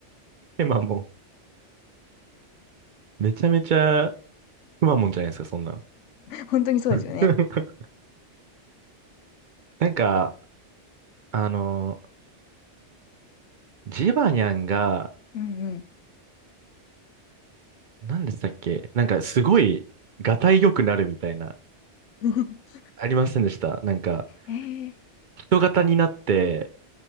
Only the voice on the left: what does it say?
ほんとにそうですよね。
うん
うん。<laughs>
ええ、